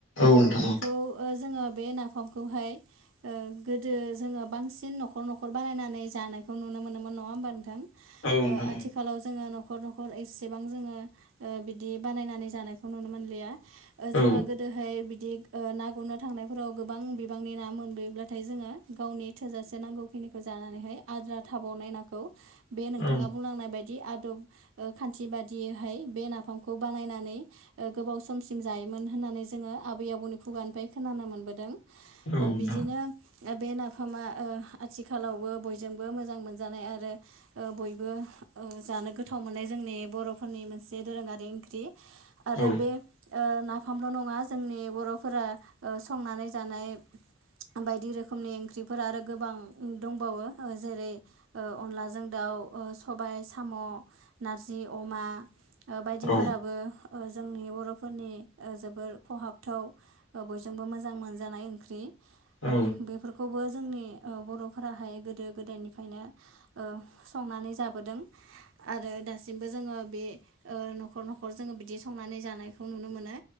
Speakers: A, on the left; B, on the right.
A: औ
B: ओ
A: नोंथां
B: बेखौ
A: औ
B: ओ जोङो बे नाफामखौ हाय ओ गोदो जोङो बांसिन न'खर न'खर बानायनानै जा नानाय खौ नुनो मोनोमोन नङा होमबा नोंथां
A: औ नोंथां
B: ओ आथिलाव
A: औ
B: जोङो न'खर न'खर एसेबां जोङो ओ बिदि बानायनानै जानायखौ नुनो मोनलिया ओ
A: औ
B: जोङो गोदोहाय बिदि ओ ना गुरनो थांनायफोराव गोबां बिबांनि ना मोनबोयोब्लाथाय जोङो गावनि थोजासे नांगौखिनिखौ जा जानानैहाय आद्रा थाबावनाय नाखौ बे नोंथाङा
A: औ
B: बुंनांनाय बाय दि आदब ओ खान्थि बादियैहाय बे नाफामखौ बानायनानै ओ गोबाव समसिम जायो मोन होननानै जोङो आबै आबौनि खुगानिफ्राय खोनानो मोनबोदों
A: नोंथां
B: ओ बिजिनो ओ बे नाफामा ओ आथिखालावबो बयजोंबो मोजां मोनजानाय आरो ओ बयबो ओ जानो गोथाव मोननाय जोंनि बर'फोरनि मोनसे दोरोङारि ओंख्रि आरो
A: औ
B: बे ओ नाफामल' नङा जोंनि बर' फोरा ओ संनानै जानाय बायदि रोखोमनि ओंख्रिफोर आरो गोबां दंबावो ओ जेरै' ओ अनलाजों दाउ औ ओ सबाय साम' नारजि अमा ओ बायदिफोराबो
A: औ
B: ओ जोंनि बर'फोरनि ओ जोबोर खहाबथाव ओ बयजोंबो मोजां मोनजानाय ओंख्रि
A: औ
B: ओ बेफोरखौबो जोंनि ओ बर'फोराहाय गोदो गोदायनिफ्रायनो ओ संनानै जाबोदों आरो दासिमबो जोङो बे ओ न'खर न'खर जोङो बिदि संनानै जानायखौ नुनो मोनो